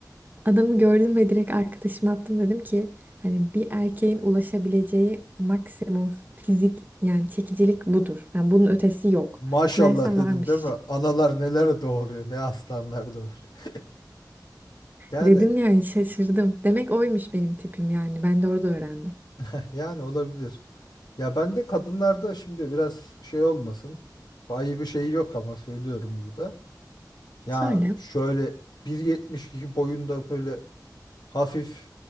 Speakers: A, on the right (about 25°); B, on the left (about 80°).
A: Adamı gördüm ve direkt arkadaşıma attım dedim ki hani bir erkeğin ulaşabileceği maksimum fizik yani çekicilik budur. Yani bunun ötesi yok.
B: maşallah
A: Meğersem
B: dedim
A: varmış.
B: değil mi? Analar neler doğuruyor, ne aslanlar doğuruyor. <laughs> Yani
A: Dedim yani şaşırdım. Demek oymuş benim tipim yani. Ben de orada öğrendim.
B: eh, yani olabilir. Ya ben de kadınlarda şimdi biraz şey olmasın. Ayıbı bir şey yok ama söylüyorum burada. Ya
A: Söyle.
B: şöyle 1.72 boyunda böyle hafif